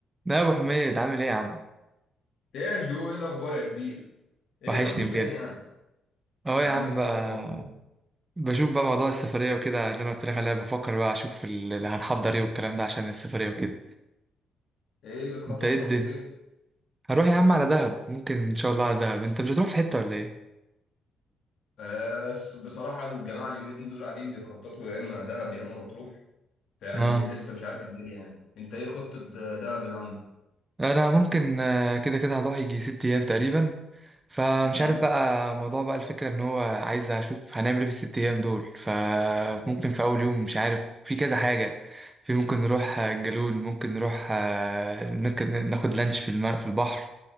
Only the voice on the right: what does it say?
لا يا ابو حميد عامل ايه يا عم
وحشني
بجد
اهو
يا
عم
بقى
بشوف بقى موضوع السفريه وكده اللي انا قلت لك عليها بفكر بقى اشوف اللي هنحضر ايه والكلام ده عشان السفريه وكده
انت ايه
الدنيا
هروح يا عم على دهب ممكن ان شاء الله على دهب انت مش هتروح في حته ولا ايه
اه
انا ممكن آه، كده كده هروح يجي ست ايام تقريبا فمش
عارف بقى موضوع بقى الفكره ان هو عايز اشوف هنعمل ايه في الست ايام دول فممكن في اول يوم مش عارف في كذا حاجه في ممكن نروح آه، الجالون ممكن نروح آه، ممكن ناخد لانش في المر في البحر